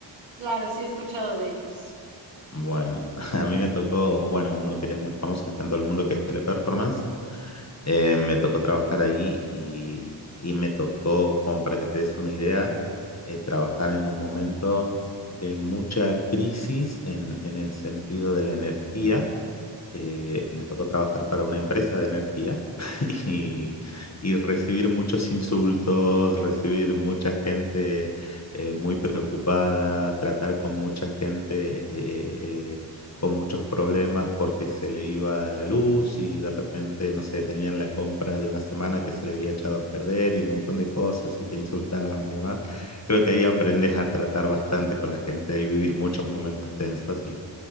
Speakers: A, on the right; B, on the left.
A: Claro, sí he escuchado de ellos.
B: Bueno, <laughs> a mí me tocó, bueno, uno que es muy famoso, que está en todo el mundo, que es Teleperformance. Eh, me tocó trabajar ahí y, y me tocó, como para que te des una idea, eh, trabajar en un momento de mucha crisis en en el sentido de la energía eh, me tocó trabajar para una empresa de energía <laughs> y, y recibir muchos insultos, recibir mucha gente eh, muy preocupada, tratar con mucha gente eh, eh, con muchos problemas porque se le iba la luz y de repente, no sé, tenían la compra de una semana que se le había echado a perder y un montón de cosas y te insultaban y demás. Creo que ahí aprendes a tratar bastante con la gente, ahí vivís muchos momentos tensos y